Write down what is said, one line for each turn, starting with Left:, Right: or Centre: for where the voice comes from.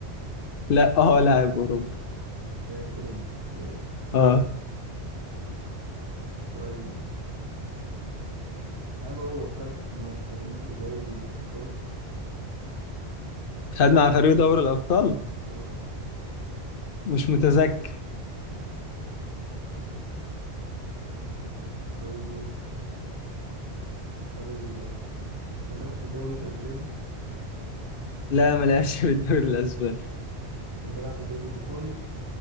Left: لا اه لاعب اوروبا
Right: لاعب أوروبي ماشي
Left: اه
Right: طيب هل هو خد مع فريقه دوري الأبطال
Left: خد مع فريق دوري الابطال
Right: اه
Left: مش متذكر
Right: طيب هل كان بيلعب في الدوري الأسباني
Left: لا ما لعبش في الدوري الاسباني
Right: كان بيلعب في الدوري الإيطالي